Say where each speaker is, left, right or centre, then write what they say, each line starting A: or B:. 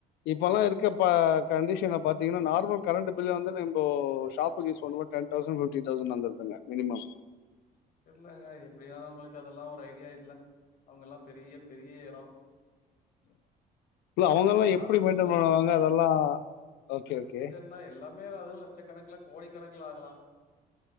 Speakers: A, on the left; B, on the left.
A: இப்பல்லா இருக்கப்ப கன்டிஷன பாத்தீங்கன்னா நார்மல் கரண்ட் பில்ல வந்து நம்போ ஷாப்புக்கு யூஸ் பண்ணும்போத் டென் தௌசண் ஃபிஃப்டி தொசன் வந்துருதுங்க மினிமம்
B: இல்லங்க எப்டியா நம்மளுக்கு அதெல்லா ஒரு ஐடியா இல்ல அவுங்கல்லா பெரிய பெரிய எடோ
A: இல்ல அவுங்கல்லா
B: யாரு
A: எப்டி மெயின்டென்
B: சின்ன
A: பண்ணுவாங்க அதெல்லா ஓகே ஓகே
B: அண்ணா எல்லாமே <unintelligible> லட்சக்கணக்ல கோடி கணக்ல ஆகலா